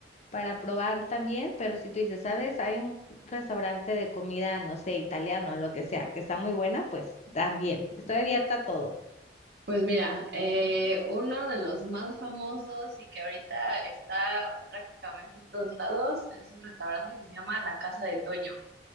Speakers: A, on the left (about 40°); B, on the right (about 65°).
A: para probar también, pero si tú dices, ¿sabes? Hay un restaurante de comida, no sé, italiano, lo que sea, que está muy buena, pues también, estoy abierta a todo.
B: Pues mira, eh, uno de los más famosos y que ahorita está prácticamente en todos lados es un restaurante que se llama La Casa de Toño.